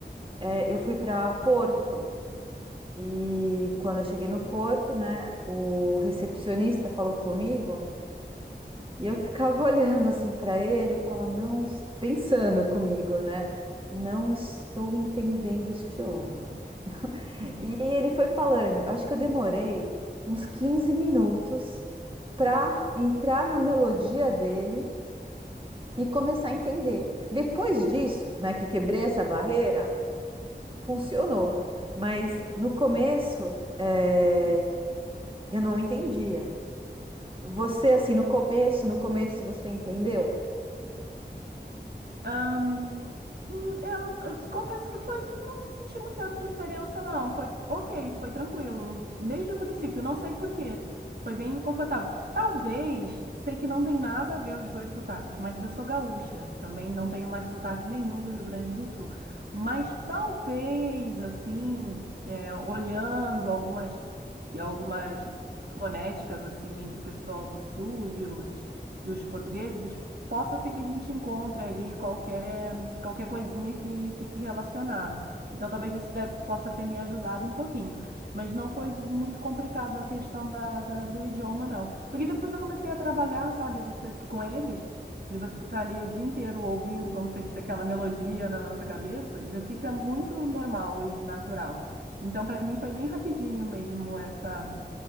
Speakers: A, on the right; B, on the right.
A: é, eu fui para Porto. E quando eu cheguei no Porto, né, o recepcionista falou comigo e eu ficava <laughs> olhando assim para ele e falava, não, es- pensando comigo, né? Não estou entendendo este homem.
B: Sim.
A: E ele foi falando, acho que eu demorei uns 15 minutos para entrar na melodia dele e começar a entender. Depois disso, né, que quebrei essa barreira, funcionou. Mas no começo, é, eu não entendia. Você, assim, no começo, no começo você entendeu?
B: Ahn, hum, eu, eu confesso que foi, não senti muita diferença, não. Foi ok, foi tranquilo. Desde o princípio, não sei por quê. Foi bem confortável. Talvez, sei que não tem nada a ver os dois sotaques, mas eu sou gaúcha. Também não tenho mais sotaque nenhum do Rio Grande do Sul. Mas talvez, assim, é, olhando algumas e algumas fonéticas, assim, entre o pessoal do Sul e os, e os portugueses, possa ser que a gente encontre ali qualquer, qualquer coisinha que fique relacionado. Então, talvez isso deve, possa ter me ajudado um pouquinho. Mas não foi muito complicado a questão da, da- do idioma, não. Porque depois eu comecei a trabalhar, sabe, você com eles, e você está ali o dia inteiro ouvindo, como você disse, aquela melodia na nossa cabeça, já fica muito normal e natural. Então, para mim, foi bem rapidinho mesmo essa